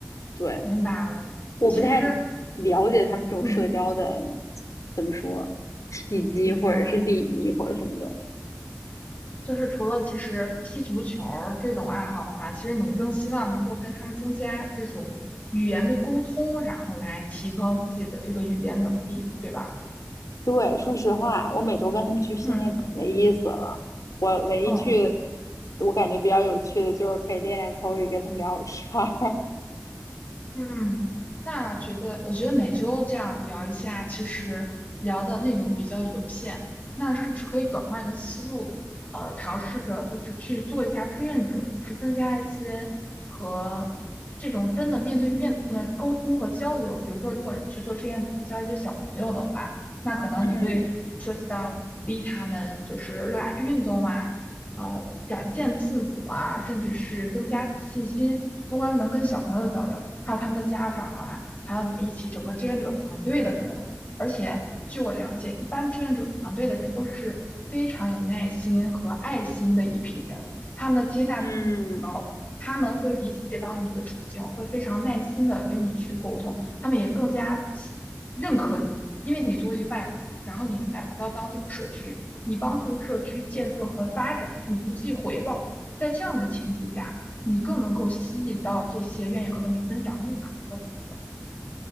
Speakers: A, on the left; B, on the left.
A: 对，
B: 明白了。
A: 我不太
B: 其实，
A: 了解他们这种社交的，
B: 嗯，
A: 怎么说，契机或者是礼仪或者什么的。
B: 明白了。就是除了其实踢足球儿这种爱好的话，其实你更希望能够跟他们增加这种语言的沟通，然后来提高自己的这个语言能力，对吧？
A: 对，说实话，我每周跟他们去训练可没意思了。
B: 嗯
A: 我唯一去，
B: 嗯。
A: 我感觉比较有趣的就是可以练练口语，跟他们聊会儿天儿。
B: 嗯，那觉得，我觉得每周这样聊一下，其实聊的内容比较有限，那是不是可以转换一个思路，呃，尝试着就是去做一下志愿者，就是增加一些和这种真的面对面的沟通和交流。比如说，如果你去做志愿者，教一些小朋友的话，那可能你会涉及到鼓励他们，
A: <laughs> 嗯
B: 就是热爱运动啊，呃展现自我啊，甚至是增加自信心。不光能跟小朋友交流，还有他们的家长啊，还有你们一起整个志愿者团队的人。而且据我了解，一般志愿者团队的人都是非常有耐心和爱心的一批人，他们的接纳度很高。
A: 嗯
B: 他们会理解到你的处境，会非常耐心的跟你去沟通，他们也更加认可你，因为你作为外然后你来到当地的社区，你帮助社区建设和发展，你不计回报。在这样的前提下，你更能够吸引到这些愿意和你分享日常的朋友。